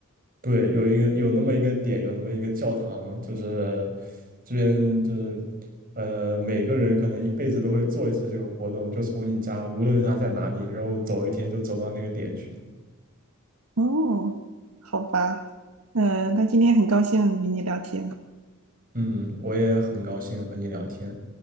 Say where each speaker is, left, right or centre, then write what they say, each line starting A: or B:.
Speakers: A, on the right; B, on the right.
A: 对，有一个有那么一个点，有那么一个教堂，就是这边就是呃，每个人可能一辈子都会做一次这个活动，就从你家，无论他在哪里，然后走一天就走到那个点去。
B: 哦，好吧，嗯、那今天很高兴与你聊天。
A: 嗯，我也很高兴和你聊天。